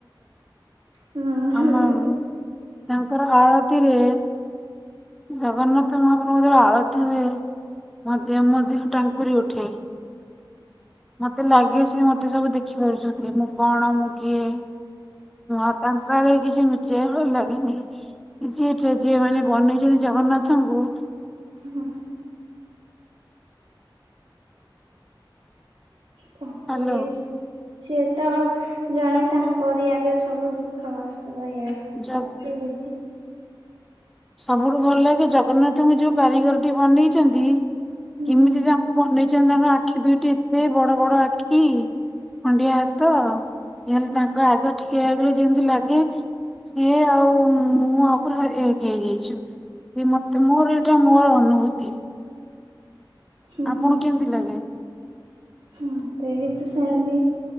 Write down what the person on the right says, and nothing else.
ହୁଁ ହୁଁ।
<unintelligible> ତାଙ୍କରି
ସିଏ ତ ଜଣେ ତାଙ୍କରି ଆଗେ ସବୁ ଦୁଃଖ କଷ୍ଟ କହିବା।
<unintelligible>
ହୁଁ
ହୁଁ
ମତେ ବି ସେନ୍ତି।